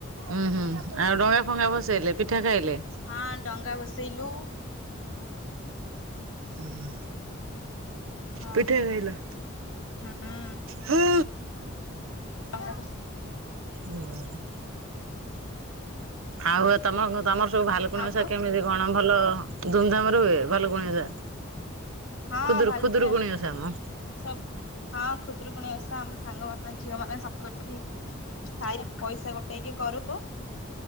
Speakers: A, on the right (about 75°); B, on the left (about 80°).
A: ଉୁଁ ହୁଁ ଆଉ ଡଙ୍ଗା ଫଙ୍ଗା ବସେଇଲେ ପିଠା ଖାଇଲେ?
B: ହଁ ଡଙ୍ଗା ଭସେଇଲୁ।
A: ଉଁ ହୁଁ।
B: ହଁ
A: ପିଠା ଖାଇଲା
B: ହୁଁ।
A: ହୋ।
B: <unintelligible>
A: ଉଁ ହୁଁ। ଆଉ ତମ ତମର ସବୁ ଭାଲୁକୁୁଣି
B: ଆଉ
A: ଓସା କେମିତି କଣ ଭଲ ଧୁମଧାମ ରେ ହୁଏ। ଭାଲୁକୁୁଣି ଓଷା?
B: ହଁ
A: ଖୁଦରୁ
B: ଭାଲୁକୁଣି
A: ଖୁଦରୁକୁୁଣ ଓଷା ମ
B: ସବୁ ହଁ ଖୁଦରୁକୁଣ ଓଷା ଆମ ସାଙ୍ଗମାନୋନ ଝିଅ ମାନେ ସବୁଠି ସାଇ ପଇସା ଟେଇକି କରୁ